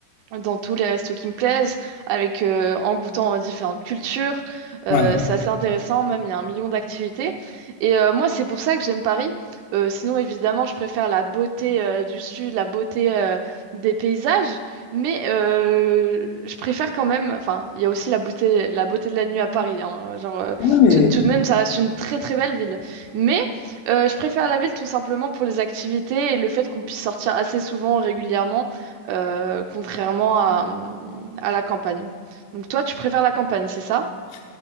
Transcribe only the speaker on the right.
dans tous les restos qui me plaisent, avec, euh, en goûtant à différentes cultures. Euh,
c'est assez intéressant, même il y a un million d'activités. Et euh, moi, c'est pour ça que j'aime Paris. Euh, sinon, évidemment, je préfère la beauté euh, du sud, la beauté euh, des paysages, mais euh, je préfère quand même, enfin, il y a aussi la beauté, la beauté de la nuit à Paris. hein. genre, euh,
tout tout de même, ça reste une très très belle ville. Mais euh, je préfère la ville tout simplement pour les activités et le fait qu'on puisse sortir assez souvent, régulièrement euh, contrairement à, hum, à la campagne. Donc toi, tu préfères la campagne, c'est ça?